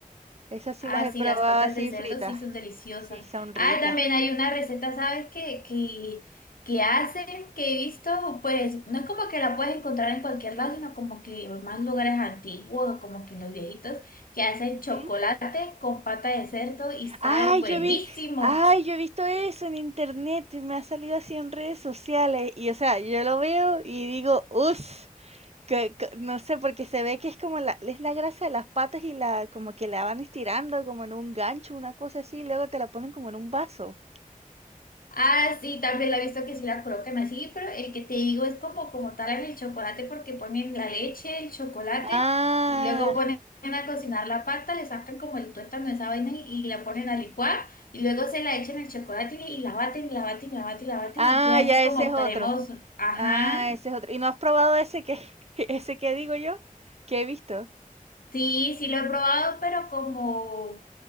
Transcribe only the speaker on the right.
Esas sí
las he
probado
así
fritas.
Sí, son ricas.
Ujú.
Ay,
yo vi, ay, yo he visto eso en internet, y me ha salido así en redes sociales y o sea, yo lo veo y digo, "Us, Que que no sé, porque se ve que es como la es la grasa de las patas y la como que la van estirando como en un gancho, una cosa así, y luego te la ponen como en un vaso.
Ah,
ah,
ya
ese es otro.
Ah, ese es otro. ¿Y no has probado ese que <laughs> ese que digo yo? Que he visto.